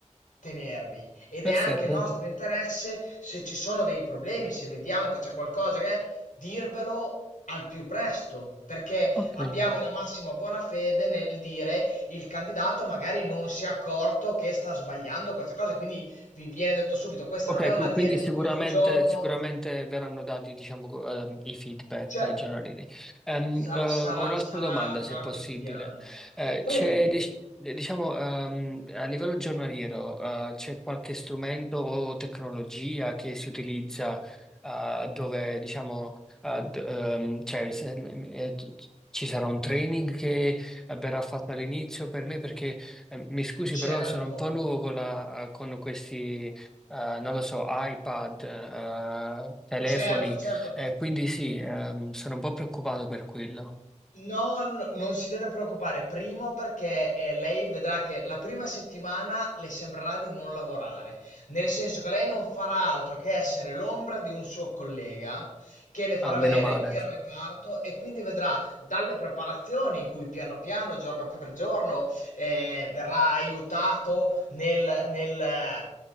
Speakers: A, on the left; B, in the centre.
A: tenervi ed
B: perfetto,
A: è anche nostro interesse se ci sono dei problemi, se vediamo che c'è qualcosa che dirvelo al più presto, perché
B: ok.
A: abbiamo la massima buona fede nel dire il candidato magari non si è accorto che sta sbagliando questa cosa, quindi vi viene detto subito, questa
B: Ok,
A: non è un'azienda
B: qui- quindi sicuramente,
A: in cui un giorno,
B: sicuramente verranno dati, diciamo, co- ehm, i feedback
A: cioè,
B: eh, giornalieri. Ehm,
A: sa-
B: eh, ho
A: sarà,
B: un'altra
A: sarà,
B: domanda,
A: sarà
B: se è possibile.
A: quotidiano.
B: Eh,
A: Prego.
B: c'è, dic- diciamo, ehm, a livello giornaliero, eh, c'è qualche strumento o tecnologia che si utilizza, eh, dove, diciamo, eh, d- ehm, cioè, se- eh, ci ci sarà un training che eh, verrà fatto all'inizio per me perché eh, Mi scusi, però
A: Certo,
B: sono un po' nuovo con, la- eh, con questi eh, non lo so, iPad, eh, telefoni,
A: certo, certo.
B: eh, quindi sì, ehm, sono un po' preoccupato per quello.
A: No, no- non si deve preoccupare. Primo perché eh, lei vedrà che la prima settimana le sembrerà di non lavorare, nel senso che lei non farà altro che essere l'ombra di un suo collega che le farà
B: Ah, meno
A: vedere
B: male.
A: il reparto e quindi vedrà dalle preparazioni in cui piano piano, giorno per giorno, eh, verrà aiutato nel, nel eh,